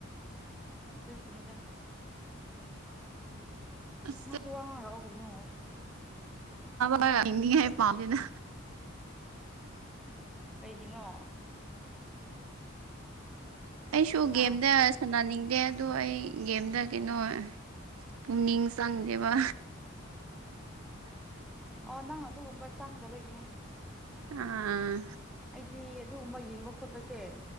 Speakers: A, in the centre; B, on the right.
A: ꯑꯗꯨꯒꯤꯅꯤꯗ
B: ꯑꯁ
A: ꯁ ꯋꯥꯡꯉꯔꯛꯑꯣ ꯀꯩꯅꯣ
B: ꯍꯅꯅꯤ ꯍꯥꯏ ꯄꯅ
A: ꯀꯩꯒꯤꯅꯣ
B: ꯑꯩꯁꯨ
A: ꯍꯥ
B: ꯒꯦꯝꯗ ꯁꯥꯟꯅꯅꯤꯡꯗꯦ ꯑꯗꯣ ꯑꯩ ꯒꯦꯝꯗ ꯀꯩꯅꯣ ꯄꯨꯛꯅꯤꯡ ꯆꯪꯗꯦꯕ
A: ꯑꯣ ꯅꯪ ꯑꯗꯨꯒꯨꯝꯕ ꯆꯪꯗꯕꯒꯤꯅꯦ
B: ꯑꯥ
A: ꯑꯩꯗꯤ ꯑꯗꯨꯒꯨꯝꯕ ꯌꯦꯡꯕ ꯈꯣꯠꯄꯁꯦ